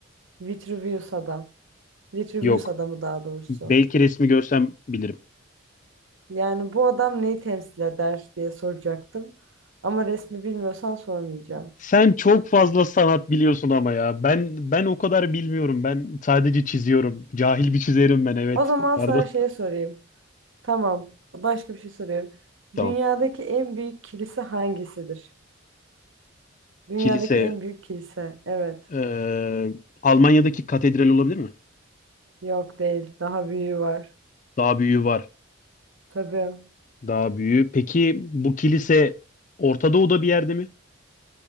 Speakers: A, on the right; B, on the left.
A: Vitruvius adam. Vitruvius
B: Yok.
A: adamı daha doğrusu.
B: Belki resmi görsem bilirim.
A: Yani bu adam neyi temsil eder diye soracaktım. Ama resmi bilmiyorsan sormayacağım.
B: Sen çok fazla sanat biliyorsun ama ya. Ben ben o kadar bilmiyorum. Ben sadece çiziyorum. Cahil bir çizerim ben evet.
A: O zaman
B: Pardon.
A: sana şey sorayım. Tamam. Başka bir şey soruyorum.
B: <laughs> Tamam.
A: Dünyadaki en büyük kilise hangisidir? Dünyadaki
B: Kilise.
A: en büyük kilise. Evet.
B: eee, Almanya'daki katedral olabilir mi?
A: Yok değil. Daha büyüğü var.
B: Daha büyüğü var.
A: Tabii.
B: Daha büyüğü. Peki bu kilise Orta Doğu'da bir yerde mi?